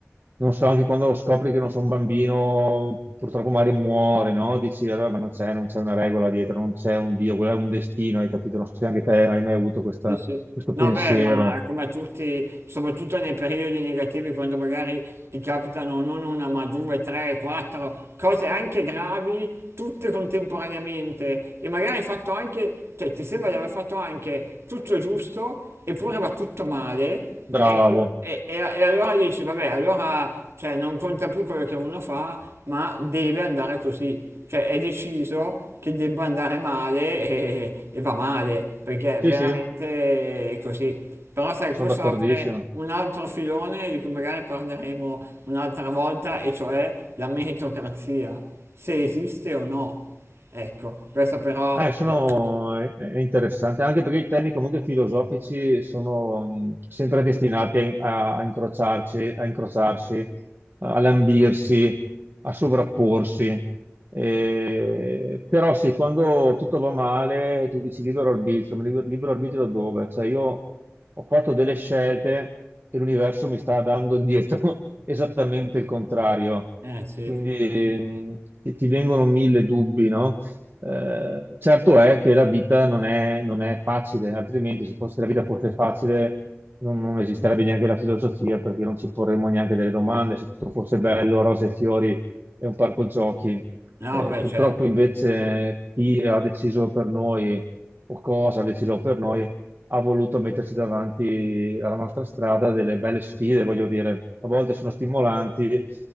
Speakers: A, on the right; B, on the right.
A: non so, anche quando scopri che non so, un bambino purtroppo magari muore, no? Dici allora, ma non c'è, non c'è una regola dietro, non c'è un Dio, quello è un destino, hai capito? Non so se anche te hai mai avuto questa-
B: Sì, sì.
A: questo
B: No,
A: pensiero.
B: beh, ma come a tutti, soprattutto nei periodi negativi, quando magari ti capitano non una, ma due, tre, quattro cose anche gravi, tutte contemporaneamente, e magari hai fatto anche, cioè ti sembra di aver fatto anche tutto giusto, eppure va tutto male,
A: Bravo.
B: e, tu- e- e- e allora dici, vabbè, allora cioè, non conta più quello che uno fa, ma deve andare così. Cioè è deciso che debba andare male e, e va male, perché veramente
A: Sì, sì,
B: è così. Però sai,
A: sono
B: questo
A: d'accordissimo.
B: apre un altro filone di cui magari parleremo un'altra volta, e cioè la meritocrazia, se esiste o no. Ecco, questa però...
A: Eh, sono,
B: Eh,
A: è, è interessante, anche perché i temi comunque filosofici sono mh, sempre destinati a, a incrociarci, a incrociarsi, a lambirsi, a sovrapporsi. Eh, però sì, quando tutto va male, tu dici libero arbitrio, ma libero, libero arbitrio da dove? Cioè io ho fatto delle scelte e l'universo mi sta dando indietro <laughs> esattamente il contrario.
B: eh, sì,
A: Quindi mh, ti ti vengono mille dubbi, no? Eh, certo è che la vita non è, non è facile, altrimenti se fosse la vita fosse facile non, non esisterebbe neanche la filosofia perché non ci porremmo neanche delle domande, se tutto fosse bello, rose e fiori e un parco giochi.
B: no,
A: Eh,
B: beh,
A: purtroppo
B: certo.
A: invece chi ha deciso per noi o cosa ha deciso per noi ha voluto metterci davanti alla nostra strada delle belle sfide, voglio dire, a volte sono stimolanti,